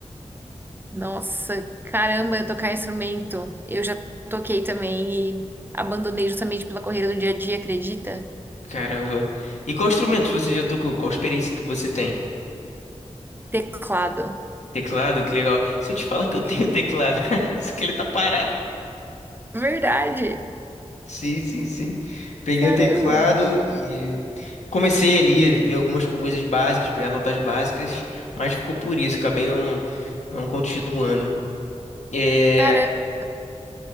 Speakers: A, on the right; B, on the left.
A: Nossa, caramba, eu tocar instrumento. Eu já toquei também e abandonei justamente pela correria do dia a dia, acredita?
B: Caramba. E qual instrumento você já tocou? Qual experiência que você tem?
A: Teclado.
B: Teclado? Que legal. Se eu te falar que
A: Do
B: eu tenho
A: teclado?
B: teclado, <laughs> só que ele tá parado.
A: Verdade!
B: Sim, sim, sim. Peguei
A: Caramba!
B: o teclado e comecei ali a ver algumas coisas básicas, pegar notas básicas, mas ficou por isso, acabei não, não continuando. É,
A: Caramba!